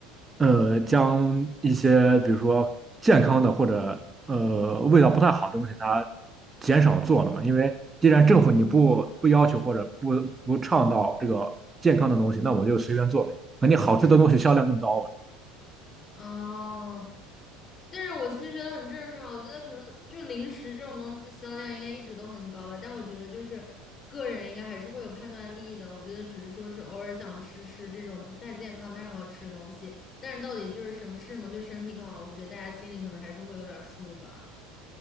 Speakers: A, on the right; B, on the left.
A: 呃，将一些比如说健康的或者呃味道不太好的东西，它减少做了嘛。因为既然政府你不不要求或者不不倡导这个健康的东西，
B: 嗯。
A: 那我就随便做呗。肯定好吃的东西销量更高啊，
B: 哦，但是我其实觉得很正常，我觉得可能就零食这种东西的销量应该一直都很高吧，但我觉得就是个人应该还是会有判断力的，我觉得只是说是偶尔想吃吃这种不太健康但是要吃的东西，但是到底就是什么吃什么对身体更好，我觉得大家心里可能还是会有点数吧。